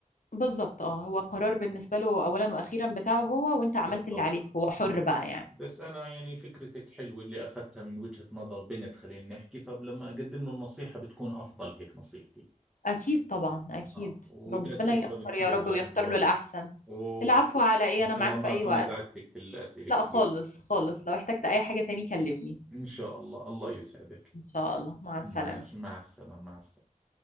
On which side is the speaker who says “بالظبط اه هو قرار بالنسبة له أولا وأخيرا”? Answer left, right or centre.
Left